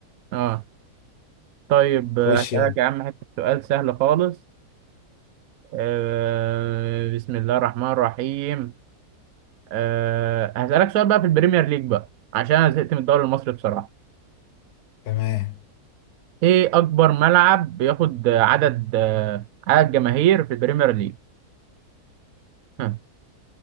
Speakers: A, on the right; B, on the left.
A: اه طيب
B: خش
A: آه، هسألك
B: يعني
A: يا عم حته سؤال سهل خالص آه بسم الله الرحمن الرحيم آه هسألك سؤال بقى في البريمير ليج بقى عشان انا زهقت من الدوري المصري بصراحة
B: تمام
A: ايه اكبر ملعب بياخد عدد آه، عدد جماهير في البريمير ليج ها.